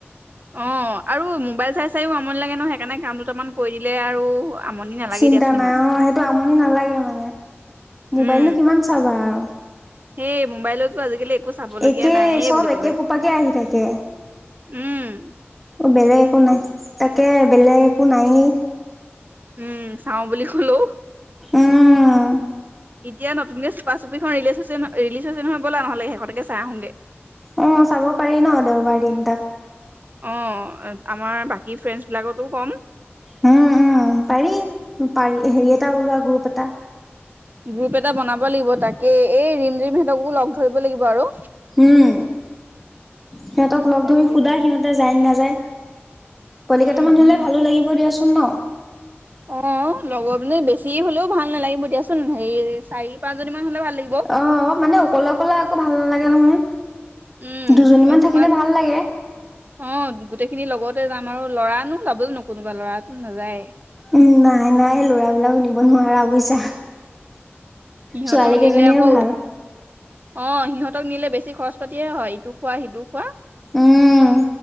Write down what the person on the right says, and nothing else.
অ', আৰু মোবাইল চাই চাইও আমনি লাগে ন', সেই কাৰণে কাম দুটা মান কৰি দিলে আৰু আমনি নালাগে
দিয়াচোন ইমান
উম
সেই মোবাইলতো আজিকালি একো চাব লগীয়া
নাইয়ে
বুলি কবলৈ
উম্,
উম্, চাওঁ বুলি ক'লো।
এতিয়া নতুনকে চুপা-চুপি খন ৰিলিজ হৈছে নহয়, ৰিলিজ হৈছে নহয়, ব'লা নহ'লে সেই খনকে চাই আহোগে।
অ', আমাৰ বাকী ফ্ৰেণ্ডছ বিলাককো কম।
গ্ৰুপ এটা বনাব লাগিব। তাকেই, এই ৰিমঝিম হতকো লগ ধৰিব লাগিব আৰু।
তাকে
উম
সিহঁত
অ', লগৰ মানে বেছি হ'লেও ভাল নালাগিব দিয়াচোন, হেৰি চাৰি পাঁচজনী মান হ'লে ভাল লাগিব।
উম
তোমাৰ
অ', গোটেই খিনি লগতে যাম আৰু, ল'ৰানো যাব জানোঁ। কোনোবা ল'ৰাটো নাযায়।
সিহঁতক
নিলে আকৌ
অ', সিহঁতক নিলে বেছি খৰচ পাতিয়ে হয়। ইটো খোৱা সিটো খোৱা।